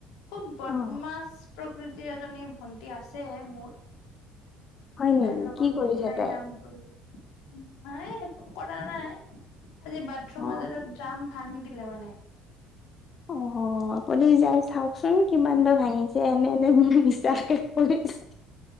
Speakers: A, on the left (about 80°); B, on the left (about 30°).
A: খুব বদমাছ
B: অ
A: প্ৰকৃতিৰ এজনী ভন্টী আছে মোৰ
B: হয়
A: তাইৰ
B: নেকি
A: লগত
B: কি কৰিছে
A: ওলাই
B: তাই?
A: যাম বুলি মায়ে একো কৰা নাই আজি বাথৰুম
B: অ
A: এটা তাত জাম ভাঙি দিলে মানে
B: অ আপুনি যায় চাওকচোন কিমান বাৰ ভাঙিছে এনে নে বুলি মিছা <inaudible> কে কৰি দিছে